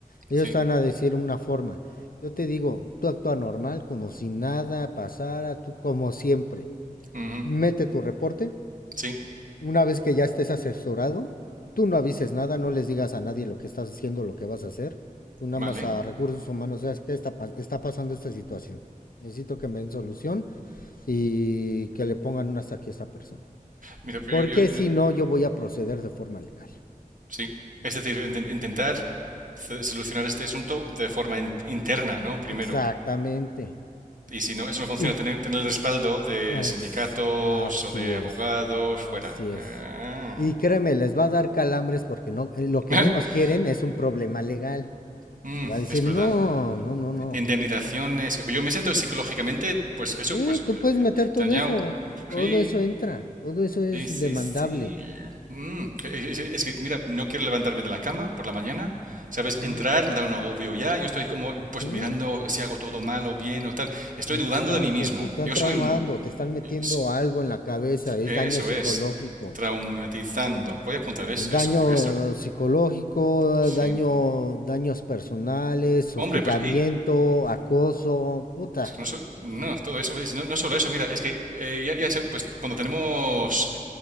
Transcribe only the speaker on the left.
Ellos
te van a decir una forma. Yo te digo, tú actúa normal, como si nada pasara, tú como siempre.
Mete tu reporte
una vez que ya estés asesorado, tú no avises nada, no les digas a nadie lo que estás haciendo, lo que vas a hacer. Tú nada
más a recursos humanos, ¿sabes qué está, pas- está pasando esta situación? Necesito que me den solución y que le pongan una hasta aquí a esta persona.
Porque
si no, yo voy a proceder de forma legal.
Exactamente.
Y-
ah,
ex- así
es.
Así
es.
Y créeme, les va a dar calambres porque no, eh, lo que
menos quieren es un problema legal.
Y va a decir,
no,
no, no, no.
Sí,
tú
puedes meter todo
eso, todo
eso entra, todo eso es
demandable.
Ujú.
Sí,
exacto,
te están
traumando,
te están metiendo
algo en la cabeza, es
daño psicológico.
Daño
psicológico,
daño, daños personales,
hostigamiento,
acoso, puta.